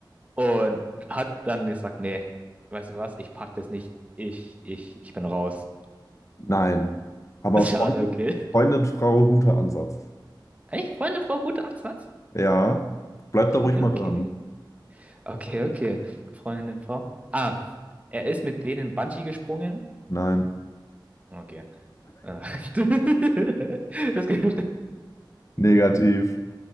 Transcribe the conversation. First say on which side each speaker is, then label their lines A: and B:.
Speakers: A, on the right; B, on the left.
A: Und hat dann gesagt, nee, weißt du was, ich pack das nicht. Ich, ich, ich bin raus.
B: Nein. Aber
A: <laughs> Schade,
B: Freundin,
A: okay.
B: Freundin, Frau, guter Ansatz.
A: Echt, Freundin, Frau, guter Ansatz.
B: Ja. Bleib
A: Okay,
B: da ruhig mal
A: okay.
B: dran.
A: Okay, okay. Freundin, Frau. Ah, er ist mit denen Bungee gesprungen.
B: Nein.
A: Okay. Ah. <laughs> Das gibt.
B: Negativ.